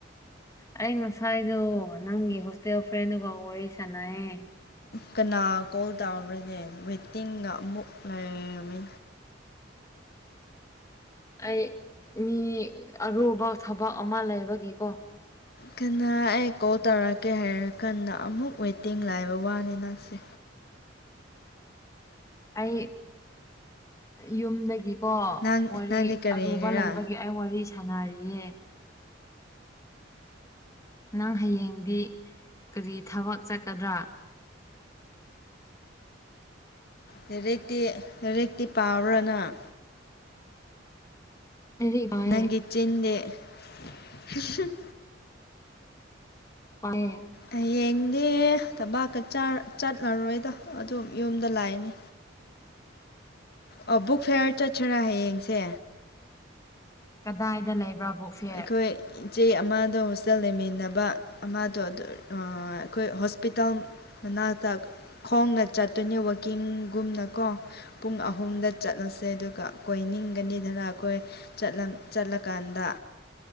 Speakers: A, on the left; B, on the left.
A: ꯑꯩ ꯉꯁꯥꯏꯗꯣ ꯅꯪꯒꯤ ꯍꯣꯁꯇꯦꯜ ꯐ꯭ꯔꯦꯟꯗꯨꯒ ꯋꯥꯔꯤ ꯁꯥꯟꯅꯩꯌꯦ
B: ꯀꯅꯥ ꯀꯣꯜ ꯇꯥꯔꯕ꯭ꯔꯅꯦ ꯋꯦꯇꯤꯡꯒ ꯑꯃꯨꯛ ꯂꯩꯔꯝꯃꯤ
A: ꯑꯩ ꯃꯤ ꯑꯔꯨꯕ ꯊꯕꯛ ꯑꯃ ꯂꯩꯕꯒꯤꯀꯣ
B: ꯀꯅꯥ ꯑꯩ ꯀꯣꯜ ꯇꯧꯔꯛꯀꯦ ꯍꯥꯏꯔꯀꯥꯟꯗ ꯑꯃꯨꯛ ꯋꯦꯇꯤꯡ ꯂꯩꯕ ꯋꯥꯅꯤ ꯅꯪꯁꯦ
A: ꯑꯩ ꯌꯨꯝꯗꯒꯤꯀꯣ
B: ꯅꯪ
A: ꯋꯥꯔꯤ
B: ꯅꯪꯗꯤ ꯀꯔꯤꯒꯤꯔꯥ
A: ꯑꯔꯨꯕ ꯂꯩꯕꯒꯤ ꯑꯩ ꯋꯥꯔꯤ ꯁꯥꯟꯅꯔꯤꯌꯦ ꯅꯪ ꯍꯌꯦꯡꯗꯤ ꯀꯔꯤ ꯊꯕꯛ ꯆꯠꯀꯗ꯭ꯔꯥ
B: ꯂꯥꯏꯔꯤꯛꯇꯤ ꯂꯥꯏꯔꯤꯛꯇꯤ ꯄꯥꯕ꯭ꯔ ꯅꯪ
A: ꯂꯥꯏꯔꯤꯛ ꯄꯥꯏꯌꯦ
B: ꯅꯪꯒꯤ ꯆꯤꯟꯗꯦ <unintelligible>
A: <unintelligible>
B: ꯍꯌꯦꯡꯗꯤ ꯇꯕꯥꯛꯀ ꯆꯠꯂꯔꯣꯏꯗꯣ ꯑꯗꯨꯝ ꯌꯨꯝꯗ ꯂꯩꯅꯤ ꯑꯣ ꯕꯨꯛ ꯐꯦꯌꯥꯔ ꯆꯠꯁꯤꯔꯥ ꯍꯌꯦꯡꯁꯦ
A: ꯀꯗꯥꯏꯗ ꯂꯩꯕ꯭ꯔꯥ ꯕꯨꯛ ꯐꯤꯌꯔ
B: ꯑꯩꯈꯣꯏ ꯏꯆꯦ ꯑꯃꯗꯣ ꯍꯣꯁꯇꯦꯜ ꯂꯩꯃꯤꯟꯅꯕ ꯑꯃꯗꯣ ꯑꯩꯈꯣꯏ ꯍꯣꯁꯄꯤꯇꯥꯜ ꯃꯅꯥꯛꯇ ꯈꯣꯡꯅ ꯆꯠꯇꯣꯏꯅꯦ ꯋꯥꯀꯤꯡꯒꯨꯝꯅꯀꯣ ꯄꯨꯡ ꯑꯍꯨꯝꯗ ꯆꯠꯂꯨꯁꯦ ꯑꯗꯨꯒ ꯀꯣꯏ ꯅꯤꯡꯒꯅꯤꯗꯅ ꯑꯩꯈꯣꯏ ꯆꯠꯂ ꯆꯠꯂꯀꯥꯟꯗ